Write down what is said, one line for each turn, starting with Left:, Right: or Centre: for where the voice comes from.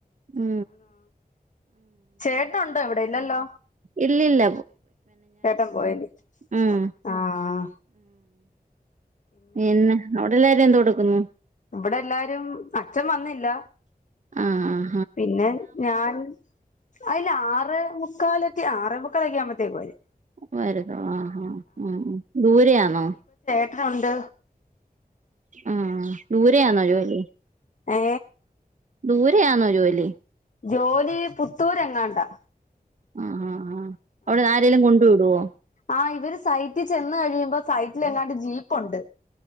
Right: ഉ
Left: ചേട്ടുണ്ടോ എവിടെ ഇല്ലല്ലോ
Right: ഇല്ലല്ല
Left: ചേട്ടൻ പോയല്േ
Right: ഉം
Left: ആഹ
Right: എന്നന്നെ അവിടെല്ലാരും എന്ത്തു കൊടക്കുന്നു
Left: ഇവിടെ എല്ലാരും അച്ഛൻ വന്നില്ല
Right: ആഹ ആ
Left: പിന്നെ ഞാൻ അയില്ല ആറ മുുക്കാലൊക്കെ ആറേ മുക്കാലൊക്കെ ആവുമ്പോത്തേക്കും വര്
Right: വരുതോ ആ ആ ഉ ദൂരെയാണോ
Left: എണ്ട്
Right: ആഹ ദൂര ആന്നോ ജോലല
Left: ഏ
Right: ദൂരെയാണോ ജോലി
Left: ജോലി പുത്തൂര് എങ്ങാണ്ടാ
Right: ആഹ ആഹ ആ അവിടെ ആരെങ്കലും കൊണ്ട വിടുവോ
Left: ആഹ് ഇവര് സൈറ്റിൽ ചെന്ന് കഴിയുമ്പോ സൈറ്റിൽ എങ്ങാട്ട് ജീപ്പുണ്ട്